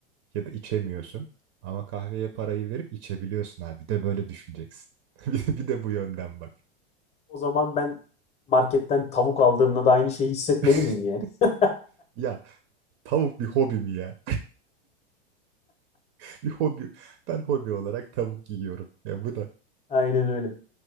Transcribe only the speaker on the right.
ya da içemiyorsun. Ama kahveye parayı verip içebiliyorsun abi. Bir de böyle düşüneceksin. <laughs> Bir de bir de bu yönden bak.
<laughs>
Ya tavuk bir hobi mi ya? <laughs> Bir hobi. Ben hobi olarak tavuk yiyorum. Ya bu da